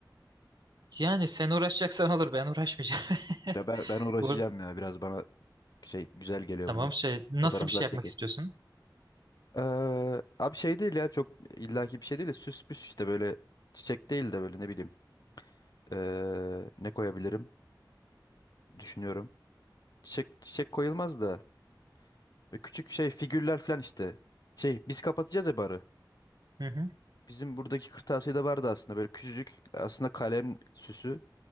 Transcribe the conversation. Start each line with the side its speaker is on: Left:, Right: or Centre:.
Right: Yani sen uğraşacaksan olur ben uğraşmayacağım.
Left: Ya ben
Right: <laughs>
Left: ben uğraşacağım
Right: Bu-
Left: ya biraz bana şey güzel geliyor
Right: Tamam
Left: bundan.
Right: şey nasıl
Left: Fotoğraflar
Right: bir şey
Left: çekeriz.
Right: yapmak istiyorsun?
Left: Eee, abi şey değil ya çok illaki bir şey değil de süs püs işte böyle çiçek değil de böyle ne bileyim eee, ne koyabilirim düşünüyorum. Çiçek çiçek koyulmaz da böyle küçük şey figürler falan işte. Şey biz kapatacağız ya barı.
Right: Hı hı,
Left: Bizim buradaki kırtasiyede vardı aslında böyle küçücük aslında kalem süsü